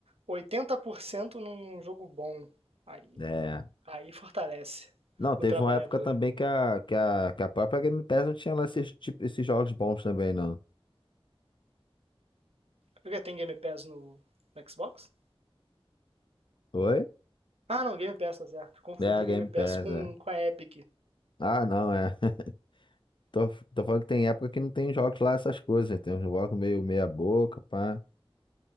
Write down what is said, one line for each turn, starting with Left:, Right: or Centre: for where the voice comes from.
Right: 80% num jogo bom. Aí,
Left: É.
Right: aí fortalece
Left: Não, teve
Right: o trabalhador.
Left: uma época também que a, que a, que a própria Game Pass não tinha lá esses, tipo, esses jogos bons também, não.
Right: Porque tem Game Pass no, no Xbox?
Left: Oi?
Right: Ah, não, Game Pass, tá certo. Confundi
Left: É, a Game
Right: Game Pass
Left: Pass,
Right: com,
Left: é.
Right: com a Epic.
Left: Ah, não, é. <laughs> Tô, tô falando que tem época que não tem jogos lá, essas coisas. Tem uns jogos meio meia boca, pá.